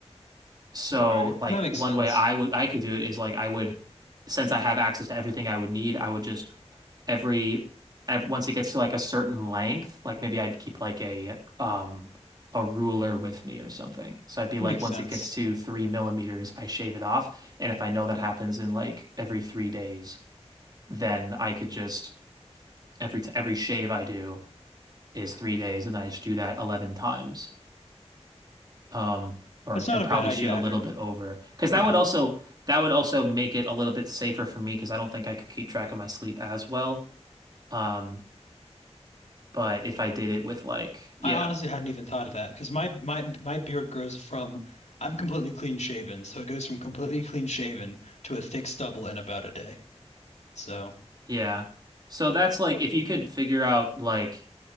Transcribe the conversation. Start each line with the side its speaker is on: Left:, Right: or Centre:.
Right: So
Left: All right.
Right: like
Left: That makes
Right: one
Left: sense.
Right: way I would I could do it is like I would since I have access to everything I would need, I would just every, ev once it gets to like a certain length, like maybe I'd keep like a um a ruler with me or something. So I'd be
Left: That
Right: like,
Left: makes
Right: once
Left: sense.
Right: it gets to three millimeters, I shave it off. And if I know that happens in like every three days, then I could just every t every shave I do is three days, and I just do that 11 times. Um, or
Left: That's not
Right: and
Left: a
Right: probably
Left: bad idea
Right: shoot a
Left: either.
Right: little bit over because that
Left: Yeah.
Right: would also that would also make it a little bit safer for me because I don't think I could keep track of my sleep as well. Um, But if I did it with like, yeah,
Left: I honestly hadn't even thought of that because my my my beard grows from I'm completely clean shaven, so it goes from completely clean shaven to a thick stubble in about a day. So
Right: yeah. So that's like if you could figure out like